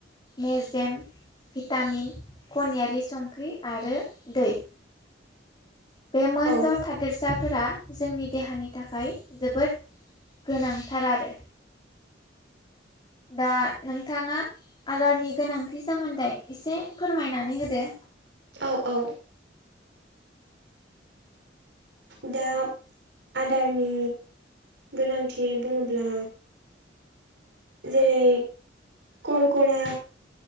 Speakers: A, on the left; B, on the right.
A: मेजेम भिटामिन खनियारि संख्रि आरो दै बे मोनद'
B: औ
A: थादेरसाफोरा जोंनि देहानि थाखाय जोबोद गोनांथार आरो दा नोंथाङा आदारनि गोनांथि सोमोन्दै एसे फोरमायनानै होदो
B: औ औ
A: <inaudible>
B: दा आदारनि गोनांथि बुङोब्ला जेरै करकरा